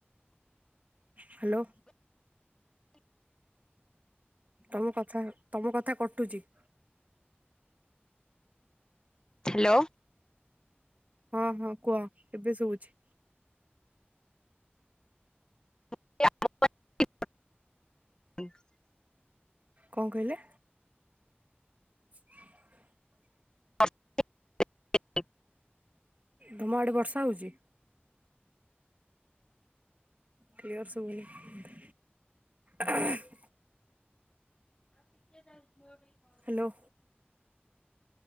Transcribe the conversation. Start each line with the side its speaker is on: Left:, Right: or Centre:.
Right: ହାଲୋ। ତମ କଥା ତମ କଥା କଟୁଚି।
Left: ହାଲୋ।
Right: ହଁ ହଁ କୁହ ଏବେ ଶୁଭୁଚି‌।
Left: <unintelligible>
Right: କଣ କହିଲେ। <unintelligible>
Left: <inaudible>
Right: ତମ ଆଡ଼େ ବର୍ଷା ହୋଉଚି। କ୍ଲିୟର ଶୁଭୁନି। ହଁ <unintelligible>
Left: ଟିକ ଦ ଜୋର ବି <unintelligible>
Right: ହାଲୋ।